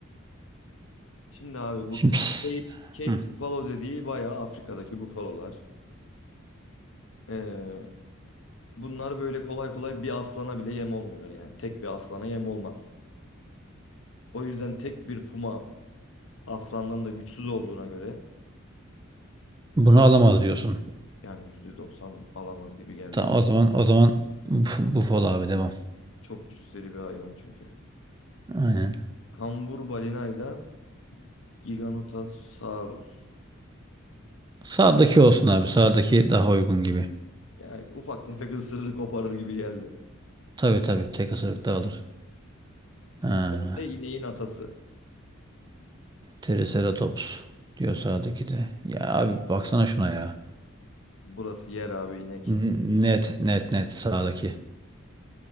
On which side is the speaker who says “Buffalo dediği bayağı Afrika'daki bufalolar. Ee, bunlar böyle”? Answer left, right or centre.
Left